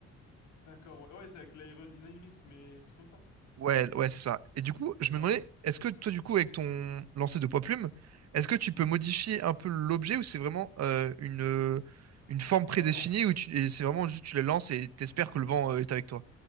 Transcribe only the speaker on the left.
D'accord. Ouais, Ouais, c'est avec l'aérodynamisme et trucs comme ça.
D'accord.
Mhm.
Alors non.